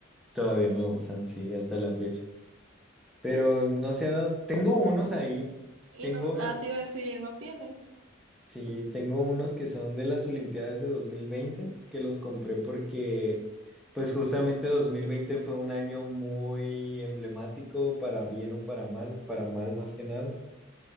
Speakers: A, in the centre; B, on the right.
A: Todavía me gustan, sí, hasta la fecha. pero no se ha dado. Tengo unos ahí,
B: Y
A: tengo,
B: no, ah, te iba a decir, ¿y ¿no tienes?
A: sí, tengo unos que son de las Olimpiadas de dos mil veinte que los compré porque, pues justamente 2020 fue un año muy emblemático, para bien o para mal, para mal más que nada.